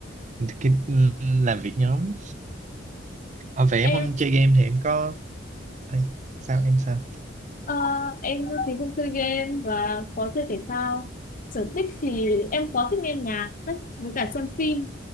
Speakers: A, on the right; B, on the left.
A: cái- làm việc nhóm à, vậy em
B: em
A: không chơi game thì em có Ê, sao em sao
B: Ờ, em thì không chơi game và có chơi thể thao. Sở thích thì em có thích nghe nhạc với với cả xem phim.